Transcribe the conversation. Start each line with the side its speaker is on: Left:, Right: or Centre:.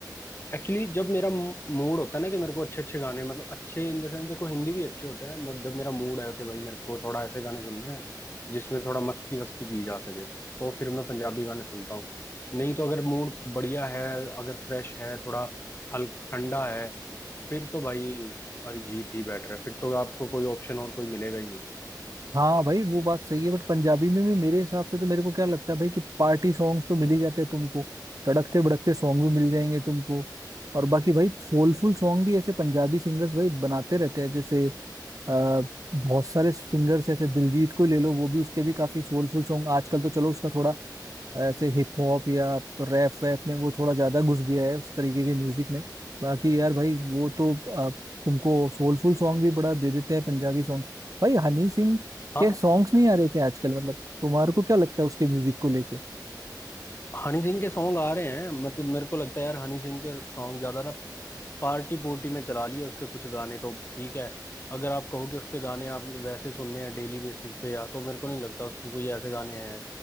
Left: एक्चुअली जब मेरा मूड होता है ना कि मेरे को अच्छे अच्छे गाने मतलब अच्छे इन द सेंस देखो हिंदी भी अच्छे होते हैं मत जब मेरा मूड है कि भाई मेरे को थोड़ा ऐसे गाने सुनने हैं जिसमें थोड़ा मस्ती वस्ती की जा सके तो फिर मैं पंजाबी गाने सुनता हूँ नहीं तो अगर मूड बढ़िया है अगर फ्रेश है थोड़ा हल्क ठंडा है फिर तो भाई अरिजीत ही बेटर है फिर तो आपको कोई ऑप्शन और कोई मिलेगा ही नहीं
Right: हाँ भाई वो बात सही है बट पंजाबी में भी मेरे हिसाब से तो मेरे को क्या लगता है भाई कि पार्टी सॉन्ग्स तो मिल ही जाते हैं तुमको तड़कते भड़कते सॉन्ग भी मिल जाएंगे तुमको और बाकी भाई सोलफुल सॉन्ग भी ऐसे पंजाबी सिंगर्स भाई बनाते रहते हैं जैसे अ, बहुत सारे सिंगर्स ऐसे दिलजीत को ही ले लो वो भी उसके भी काफी सोलफुल सॉन्ग आजकल तो चलो उसका थोड़ा ऐसे हिप हॉप या रैप वैप में वो थोड़ा ज्यादा घुस गया है उस तरीके के म्यूजिक में बाकी यार भाई वो तो आ, तुमको सोलफुल सॉन्ग भी बड़ा दे देते हैं पंजाबी सॉन्ग भाई हनी सिंह
Left: हाँ
Right: के सॉन्ग्स नहीं आ रहे क्या आजकल मतलब तुम्हारे को क्या लगता है उसके म्यूजिक को लेके
Left: हनी सिंह के सॉन्ग आ रहे हैं मतलब मेरे को लगता है यार हनी सिंह के सॉन्ग ज्यादा ना पार्टी पुर्टी में चला लिया उसके कुछ गाने तो ठीक है अगर आप कहो कि उसके गाने आप वैसे सुनने हैं डेली बेसिस पे या तो मेरे को नहीं लगता उसके कोई ऐसे गाने हैं